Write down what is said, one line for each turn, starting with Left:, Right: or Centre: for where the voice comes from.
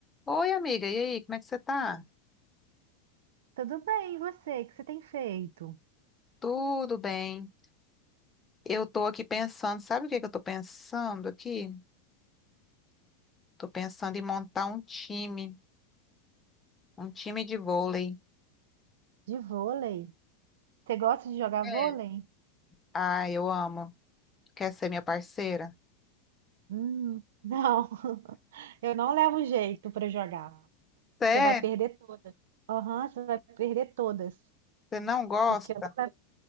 Left: Oi, amiga, e aí, como é que você tá?
Right: Tudo bem, e você? O que você tem feito?
Left: Tudo bem. Eu tô aqui pensando, sabe o que que eu tô pensando aqui? Tô pensando em montar um time, um time de vôlei.
Right: De vôlei? Você gosta de jogar
Left: É.
Right: vôlei?
Left: Ah, eu amo. Quer ser minha parceira?
Right: Hum, não. <laughs> Eu não levo jeito para jogar.
Left: Sério?
Right: Você vai perder todas. Aham, você vai perder todas.
Left: Você não gosta?
Right: Porque eu não levo.